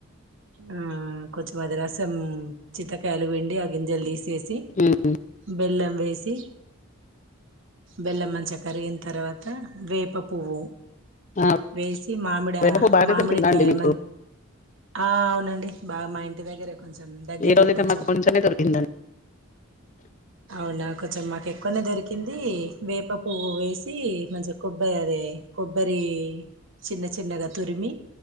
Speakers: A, on the right; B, on the left.
A: ఆ కొంచిమదరసం చింతకాయలు పిండి ఆ గింజలు తీసేసి
B: ఉమ్
A: బెల్లం వేసి బెల్లం మంచిగా కరిగిన తర్వాత వేప పువ్వు
B: ఆ
A: వేసి మామిడ
B: వేప పువ్వు బాగానే
A: మామిడికాయమ
B: దొరికిందా అండి మీకు
A: ఆ అవునండి బాగా మా ఇంటిదగ్గర కొంచెం దగ్గరలో
B: ఈ రోజైతే
A: కొంచెం
B: మాకు కొంచెమే దొరికిందండి
A: అవునా కొంచెం పన్న దొరికింది వేప పువ్వు వేసి మంచిగా కొబ్బరి అదే కొబ్బరి చిన్న చిన్నగా తురిమి